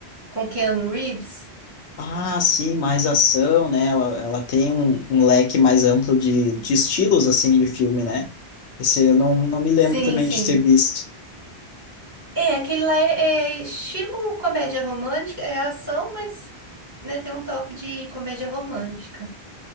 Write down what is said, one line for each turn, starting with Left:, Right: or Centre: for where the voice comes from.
Right: Com Keanu Reeves.
Left: Ah, sim, mais ação, né? Ela, ela tem um, um leque mais amplo de, de estilos, assim, de filme, né? Esse eu não, não me lembro
Right: Sim,
Left: também
Right: sim.
Left: de ter visto.
Right: É, aquele lá é, é estilo comédia romântica, é ação, mas né, tem um toque de comédia romântica.